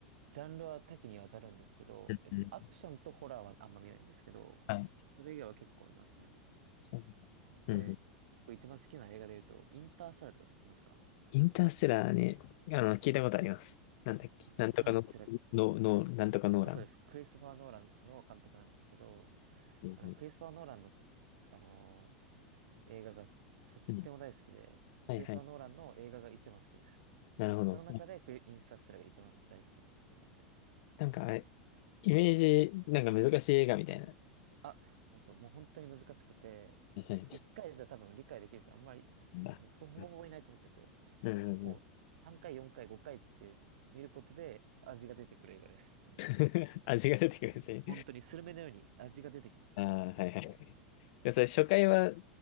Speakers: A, on the right (about 75°); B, on the left (about 60°).
A: ジャンルは多岐にわたるんですけど、
B: うん。
A: えっと、アクションとホラーはあんま見ないんですけど、
B: はい。
A: それ以外は結構見ますね。
B: そう。
A: で、
B: うんうん。
A: 一番好きな映画で言うと、インターステラーとか知ってますか
B: インターステラーね、あの、聞いたことあります。なんだっけ。
A: インターステラー、
B: なんとかの、の、の、なんとかノーラン。
A: あ、そうです。クリストファー・ノーランの監督なんですけど、
B: うんうん
A: あの、クリストファー・ノーランの、あの、映画がとっても大好きで、
B: うん。はいはい。
A: クリスパー・ノーランの映画が一番好きです。
B: なるほど。
A: その中でクリインスタステラが一番大好きって感じですね。
B: なんかあれ、イメージ、なんか難しい映画みたいな。
A: あ、そうそう、もう本当に難しくて、
B: はい
A: 一回じゃ多分理解できる人あんまり、
B: うんあ、
A: もうほとほぼほぼいないと思ってて、
B: <laughs> うんうんうん。
A: もう3回、4回、5回って見ることで味が出てくる映画です。めちゃくちゃ。
B: <laughs> 味が出てくるんですね。
A: 本当にスルメのように味が出てきます、
B: ああ、
A: 本当に。
B: はいはい。いやそれ初回は、